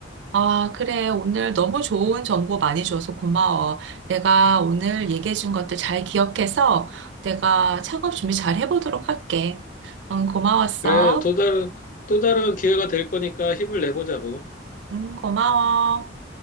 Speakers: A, on the right; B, on the left.
A: 아, 그래. 오늘 너무 좋은 정보 많이 줘서 고마워. 내가 오늘 얘기해준 것들 잘 기억해서 내가 창업 준비 잘 해보도록 할게. 응, 고마웠어.
B: 그래, 또 다른, 또 다른 기회가 될 거니까 힘을 내보자고.
A: 응, 고마워.